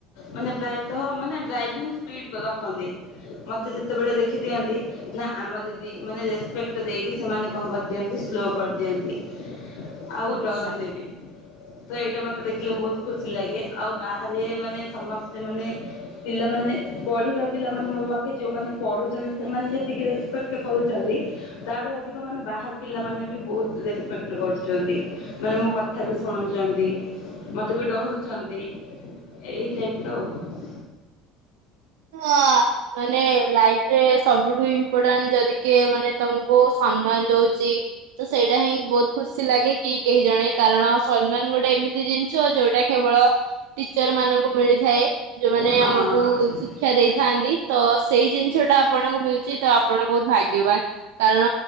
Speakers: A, on the left; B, on the right.
A: ମାନେ ପ୍ରାୟତଃ ମାନେ ଡ୍ରାଇଭିଂ ସ୍ପିଡ କର ଖନ୍ତି ମତେ ଯେତେବେଳେ ଦେଖି ଦିଅନ୍ତି। ନା ଆମ ଦିଦି ମାନେ ରେସ୍ପେକ୍ଟ ଦେଇକି ସେମାନେ କଣ କରିଦିଅନ୍ତି ସ୍ଲୋ କରିଦିଅନ୍ତି। ଆଉ
B: ଆଚ୍ଛା
A: ଡରନ୍ତିନି ତ ଏଇଟା ମତେ ଦେଖିଲେ ବହୁତ ଖୁସି ଲାଗେ। ଆଉ ବାହାରେ ମାନେ ସମସ୍ତେ ମାନେ ପିଲାମାନେ ପଢିବା ପିଲାମାନେ ମୋ ପା କି ଯୋଉମାନେ ପଢୁଚନ୍ତି ସେମାନେ ଯେତିକି ରେସପେକ୍ଟ କରୁଚନ୍ତି। ତା ଠୁ ଅଧିକ ମାନେ ବାହାର ପିଲାମାନେ ବି ବହୁତ ରେସପେକ୍ଟ କରୁଚନ୍ତି। ମାନେ ମୋ କଥା ବି ଶୁଣୁଚନ୍ତି ମତେ ବି ଡରୁଚନ୍ତି। ଏହି ଟାଇପିର ଆଉ।
B: ଆ। ମାନେ ଲାଇଫରେ ସବୁଠୁ ଇମ୍ପୋଟାଣ୍ଟ ଯଦି କିଏ ମାନେ ତମୁକୁ ସମ୍ମାନ ଦଉଚି। ତ ସେଇଟା ହିଁ ବହୁତ ଖୁସି ଲାଗେ କି କେହି ଜଣେ କାରଣ ସମ୍ମାନ ଗୋଟେ ଏମିତି ଜିନିଷ ଯୋଉଟା କେବଳ ଟିଚର ମାନଙ୍କୁ ମିଳିଥାଏ ଯୋଉମାନେ
A: ହଁ।
B: ଆମକୁ ଶିି କ୍ଷା ଦେଇଥାନ୍ତି ତ ସେଇ ଜିନିଷ ଟା ଆପଣଙ୍କୁ ମିଳୁଚି ତ ଆପଣ ବହୁତ ଭାଗ୍ୟବାନ୍। କାରଣ